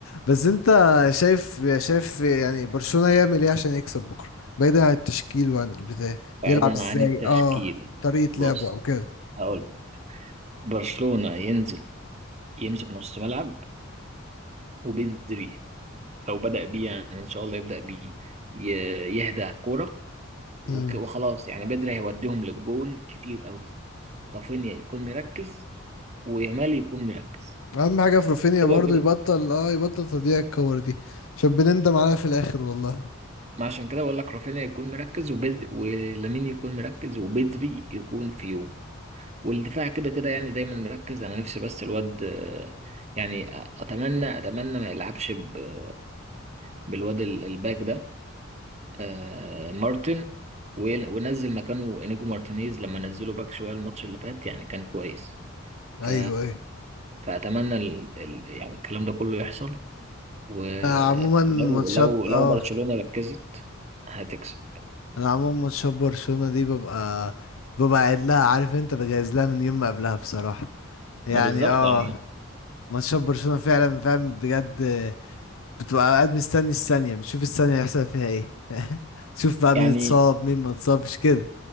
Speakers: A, on the left; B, on the right.
A: بس انت شايف شايف يعني برشلونة يعمل ايه عشان يكسب بكره بعيدا عن التشكيل وعن البتاع
B: بعيدا
A: يلعب ازاي
B: عن التشكيله
A: اه طريقة
B: بص
A: لعبه او كده
B: هقول لك. برشلونه ينزل يمسك نص ملعب وبدري لو بدأ بيه يعني ان شاء الله يبدأ بيه ي- يهدى كوره وك-
A: امم
B: وخلاص يعني بدري هيوديهم للجون كتير قوي رافينيا يكون مركز ويامال يكون مركز
A: اهم حاجة في رافينيا
B: كده
A: برضو
B: كده
A: يبطل اه يبطل تضييع الكور دي عشان بنندم عليها في الاخر والله
B: ما عشان كده بقول لك رافينيا يكون مركز وبدري ولامين يكون مركز وبدري يكون في يوم والدفاع كده كده يعني دايما مركز انا نفسي بس الواد آه، يعني اتمنى اتمنى ما يلعبش ب- بالواد ال- الباك ده آه، مارتن وي- وينزل مكانه انيجو مارتينيز لما نزله باك شويه الماتش اللي فات يعني كان كويس
A: ايوه
B: ف
A: ايوه
B: فاتمنى ال... ال... يعني الكلام ده كله يحصل ولو
A: آه عموما ماتشات
B: لو لو
A: اه
B: برشلونه ركزت هتكسب
A: انا عموما ماتشات برشلونة دي ببقى ببقى قاعد لها عارف انت بجهز لها من يوم ما قبلها بصراحة يعني
B: ما بالظبط
A: اه
B: يعني
A: ماتشات برشلونة فعلا فاهم بجد بتبقى قاعد مستني الثانية بتشوف الثانية هيحصل فيها ايه <laughs> تشوف بقى
B: يعني
A: مين اتصاب مين ما اتصابش كده